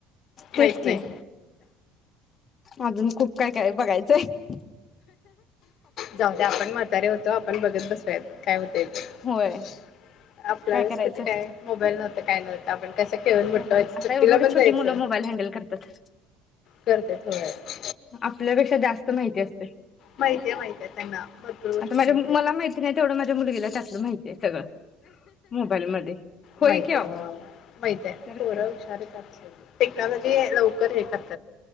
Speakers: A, on the left; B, on the left.
A: माहित
B: तेच
A: नाही?
B: की अजून खूप काय काय बघायचंय आय
A: जाऊदे आपण म्हातारे होतो आपण बघत बसूयात काय होतय
B: होय
A: ते आपल्यालाच
B: काय करायचं
A: कुठे काय मोबाईल नव्हत काय नव्हत आपण कसं खेळून मोठं
B: मोबाईल
A: व्हायचं
B: आता
A: सुट्टीला
B: एवढी एवढी
A: पण जायचं
B: छोटी मुलं मोबाईल हँडल करत्यात
A: करते थोडं
B: आपल्यापेक्षा जास्त माहिती असतयं.
A: माहिती ये माहिती ये त्यांना गोष्ट
B: आता माझ्या
A: माहितीये
B: मला माहिती नाही तेवढं माझ्या मुलगीला त्यातलं माहितीय सगळं मोबाईलमध्ये. होय
A: माहितय
B: की आओ
A: होय माहितेय
B: तर
A: पोर
B: काय.
A: हुशार आहेत आता टेक्नॉलॉजी लवकर हे कर